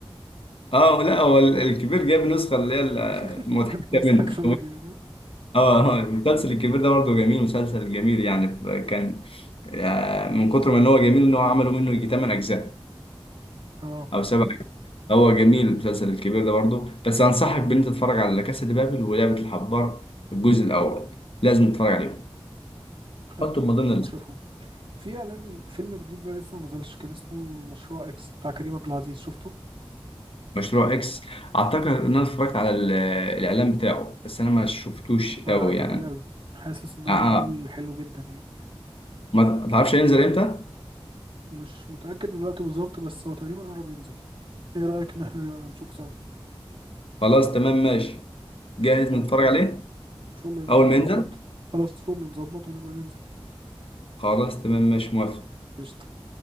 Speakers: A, on the left; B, on the right.
A: <laughs> اه لا هو ال- الكبير جاب النسخه اللي هي المضحكه
B: <laughs> كانت نسخة
A: منه
B: كوميدي منها
A: اه آه، المسلسل الكبير ده برضه جميل مسلسل جميل يعني ف- كان آه، من كتر ما ان هو جميل ان هو عملوا منه يجي 8 اجزاء
B: اه
A: او 7 اجزاء هو جميل المسلسل الكبير ده برضه بس انصحك بان انت تتفرج على لا كاسا دي بابل ولعبة الحبار الجزء الاول لازم تتفرج عليهم
B: حلو
A: حطهم
B: جدا
A: من ضمن الليست
B: اشوفهم في اعلان فيلم جديد بقى لسه ما نزلش كان اسمه مشروع اكس بتاع كريم عبد العزيز شفته
A: مشروع اكس اعتقد ان انا اتفرجت على ال- الاعلان بتاعه بس انا ما شفتوش قوي
B: انا عاجبني
A: يعني
B: قوي حاسس ان هو
A: آه آه.
B: معمول حلو جدا يعني
A: ما تعرفش هينزل امتى
B: مش متأكد من الوقت بالظبط بس هو تقريبا قرب ينزل ايه رأيك ان احنا نبقى نشوف سوا
A: خلاص تمام ماشي جاهز
B: طيب
A: نتفرج
B: فل
A: عليه
B: فل
A: اول
B: نبقى نظبط
A: ما ينزل
B: خلاص فل نظبط ونبقى ننزل
A: خلاص تمام ماشي موافق
B: قشطة